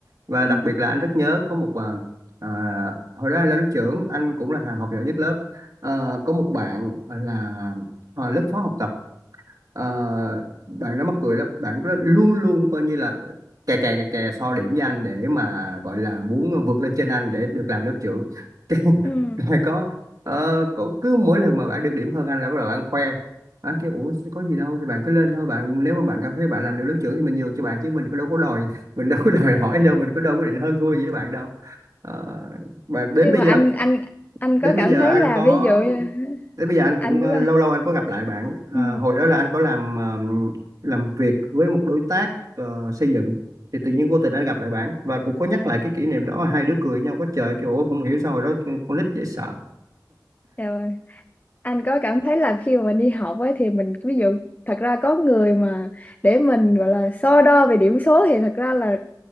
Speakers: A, on the right; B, on the left.
A: và đặc
B: Ừ.
A: biệt là anh rất nhớ có một ờ, à, hồi đó anh là lớp trưởng anh cũng là thằng học giỏi nhất lớp Ờ, có một bạn là ờ, lớp phó học tập Ờ, bạn nó mắc cười lắm bạn rất luôn luôn coi như là kè kè kè kè so điểm với anh để mà gọi là muốn vượt lên trên anh để được làm lớp trưởng <laughs>
B: Ừ.
A: Rồi có ờ, có cứ mỗi lần mà bạn được điểm hơn anh là bắt đầu bạn khoe anh kêu ủa có gì đâu thì bạn cứ lên thôi bạn nếu mà bạn cảm thấy bạn làm được lớp trưởng thì mình nhường cho bạn chứ mình có đâu có đòi mình đâu có <laughs> đòi hỏi đâu mình có đâu có định hơn thua gì với bạn đâu Ờ, mà đến
B: nhưng
A: bây
B: mà
A: giờ
B: anh anh anh
A: đến
B: có
A: bây
B: cảm
A: giờ
B: thấy
A: anh
B: là
A: có
B: ví dụ như
A: Thế bây giờ anh cũng
B: anh
A: ờ,
B: có
A: lâu lâu anh có gặp lại bạn. Ờ,
B: ừ.
A: hồi đó là anh có làm ờ, làm việc với một đối tác ờ, xây dựng thì tự nhiên vô tình anh gặp lại bạn và cũng có nhắc lại cái kỷ niệm đó hai đứa cười nhau quá trời kiểu ủa không hiểu sao hồi đó con nít dễ sợ.
B: dạ vâng. anh có cảm thấy là khi mà mình đi học ấy thì mình ví dụ thật ra có người mà để mình gọi là so đo về điểm số thì thật ra là